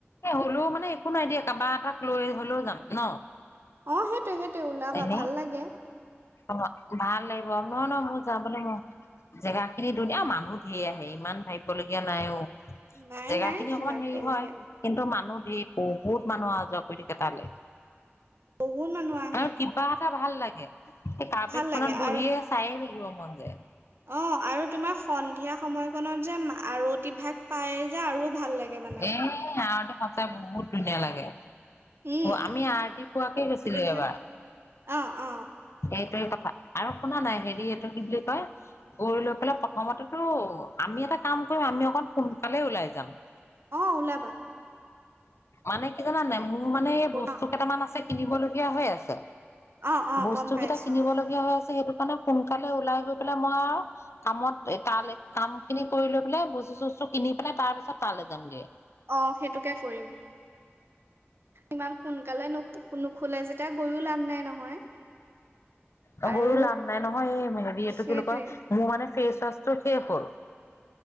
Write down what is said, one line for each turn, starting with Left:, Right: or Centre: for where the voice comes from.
Left: হলেও মানে একো নাই দিয়া কাবা এটাক লৈ হলেও যাম ন
Right: অ সেইটো সেইটো ওলাবা
Left: এনেই
Right: ভাল লাগে
Left: অ ভাল লাগিব নহয় নহয় মোৰ যাবলৈ মোৰ জেগা খিনি ধুনীয়া মান মানুহ ধেই আহে ইমান ভাবিবলগীয়া নাই অ
Right: নাই
Left: জেগা
Right: নাই
Left: খিনি অকমান হেৰি
Right: বেলেগে
Left: হয় কিন্তু মানুহ বহুত মানুহ অহা যোৱা কৰি থাকে তালে
Right: বহুত মানুহ আহে
Left: আৰু কিবা এটা ভাল লাগে সেই কাৰ্পেট
Right: ভাল
Left: খনত
Right: লাগে
Left: বহিয়ে
Right: আৰু
Left: চায়ে থাকিব মন যায়
Right: অ আৰু তোমাৰ সন্ধিয়া সময়কনত যে আৰতিভাগ পায় যে আৰু ভাল লাগে মানে।
Left: এ ইয়াতে পাতে বহুত ধুনীয়া লাগে
Right: উম,
Left: আমি আৰতি পুৱাকে গৈছিলো
Right: আৰতি ভাগ
Left: এবাৰ
Right: অ', অ',
Left: এইটোৱে কথা আৰু শুনা নাই হেৰি এইটো কি বুলি কয় উৰি লৈ পেলাই প্ৰথমতেতো আমি এটা কাম কৰিম আমি অকণ সোনকালে ওলাই যাম
Right: অ ওলাবা
Left: মানে কি জানানে মোৰ মানে এই বস্তু
Right: অ',
Left: কেইটামান আছে কিনিবলগীয়া হৈ আছে
Right: অ', অ',
Left: বস্তু
Right: গম পাইছো
Left: কেইটা কিনিব
Right: অ',
Left: লগীয়া হৈ আছে সেইটো কাৰণে সোনকালে ওলাই গৈ পেলাই মই আৰু কামত তাল কাম খিনি কৰি লৈ পেলাই ব বস্তু চষ্টো কিনি পেলাই তাৰ পিছত তালৈ যামগে
Right: অ সেইটোকে কৰিম ইমান সোনকালে ন নুখোলে যেতিয়া গৈও লাভ নাই নহয়
Left: অ
Right: আৰু
Left: গৈও লাভ নাই নহয় এই হেৰি এইটো
Right: সেইটোৱে
Left: কি বুলি কয় মোৰ মানে ফেচৱাছটো শেষ হ'ল